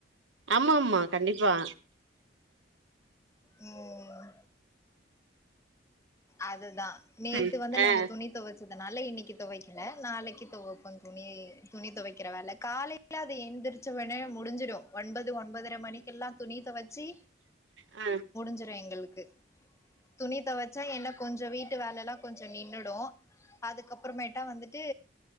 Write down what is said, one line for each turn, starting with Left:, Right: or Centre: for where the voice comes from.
Right: ஆமாம்மா கண்டிப்பா
Left: உம் ம் அதுதா நேத்து
Right: சரி
Left: வந்து நாங்க
Right: ஆ
Left: துணி தொவச் அதனால இன்னைக்கி தொவைக்கல நாளைக்கு தொவப்பங் துணி துணி தொவைக்கிற வேல காலையில அது எழுந்திரிச்ச வெனே முடிஞ்சுறு ஒன்பது ஒன்பதரை மணிக்கெல்லா துணி தொவச்சி
Right: அ
Left: ஞ்சுறு எங்களுக்கு துணி தொதவச்சா என்னப் கொஞ்சோ வீட்டு வேல எல்லா கொஞ்சோ நின்னுடு அதுக்கப்பறமேட்டா வந்துட்டு